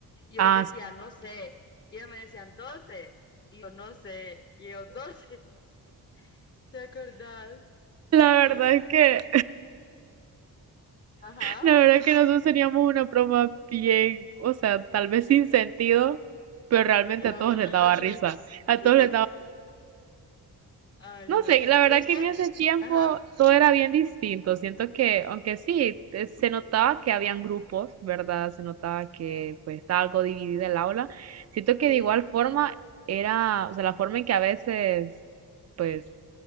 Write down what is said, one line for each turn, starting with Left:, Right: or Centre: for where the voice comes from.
Left: Y yo
Right: Ah,
Left: les decía,
Right: sí.
Left: no sé. Y ellos me decían 12. Y yo, no sé. Y ellos, 12. <laughs> ¿Te acordás?
Right: la verdad
Left: Ay, no.
Right: es que
Left: Ajá.
Right: La verdad que nosotros teníamos una broma bien, o sea, tal vez sin sentido, pero realmente
Left: Y la
Right: a todos
Left: verdad
Right: les daba
Left: que sí.
Right: risa. A
Left: <laughs>
Right: todos les daba,
Left: Ay,
Right: no
Left: no.
Right: sé, la verdad
Left: Pero es
Right: que
Left: que,
Right: en ese tiempo
Left: ajá,
Right: todo era bien distinto. Siento que, aunque sí, te- se notaba que habían grupos, ¿verdad? Se notaba que pues estaba algo dividida el aula. Siento que
Left: sí,
Right: de igual forma era, o sea, la forma en que a veces pues